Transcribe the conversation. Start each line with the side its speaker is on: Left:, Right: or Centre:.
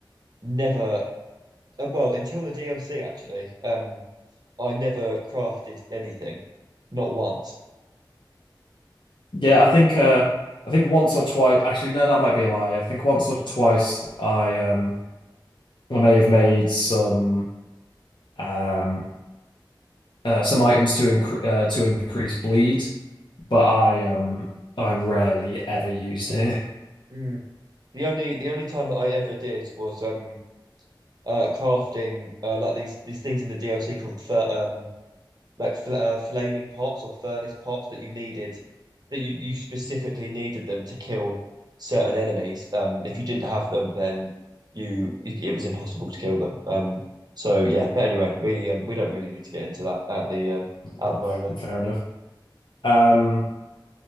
Right: never uh, well until the DLC actually um I never crafted anything, not once.
Left: Yeah, I think uh I think once or twice actually no that might be a lie. I think once or twice I um I may have made some um uh, some items to incre uh, to increase bleed, but I um I rarely ever used it. <laughs>
Right: Mm. The only the only time that I ever did was um uh crafting uh like these these things in the DLC called fir um like fl uh, flaming pots or furnace pots that you needed that you you specifically needed them to kill certain enemies. Um, if you didn't have them, then you it, it was impossible to kill them. Um, so yeah, but anyway, we um we don't really need to get into that at the um at
Left: Yeah,
Right: the moment.
Left: Fair enough. Um